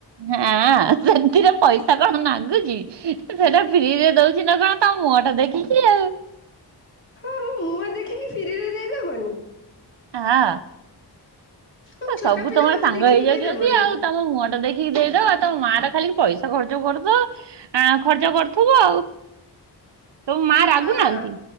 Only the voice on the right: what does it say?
ହାଁ ସେଥିରେ ପଇସା କଣ ନାଗୁଛି। ସେଟା ଫ୍ରିରେ ଦଉଛି ନା କଣ ତମ ମୁହଁ ଟା ଦେଖିକି ଆଉ?
ଆହଁ
ସବୁ
ତମର
ସାଙ୍ଗ
ହେଇଯାଉଛନ୍ତି
ଆଉ ତମ ତମ ମୁହଁ ଟା ଦେଖିକି ଦେଇଦବ, ତମ ମା ଟା ଖାଲି ପଇସା ଖର୍ଚ୍ଚ କରୁଛ ହାଁ ଆ ଖର୍ଚ୍ଚ କରୁଥିବୁ ଆଉ।
ତମ ମା ରାଗୁନାହାନ୍ତି?